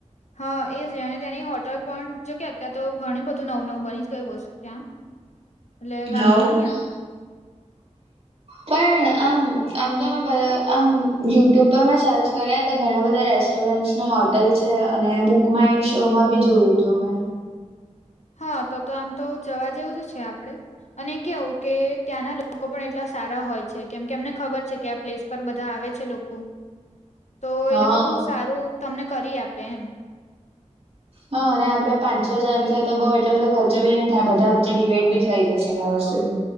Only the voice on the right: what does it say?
હોવ
<unintelligible>
પણ આમ આમ તો મે આમ યુટ્યુબ પર મેં સર્ચ કર્યા તો ઘણા બધા રે- સ્ટોરન્ટને હોટલ છે અને બુક માય શો માં બી જોયું હતું અમે
હા
હા અને આપડે પાંચ છ જણ છે તો બઉ એટલો બધો ખર્ચો બી નહી થાય બધા વચ્ચે ડિવાઈડ બી થઈ જશે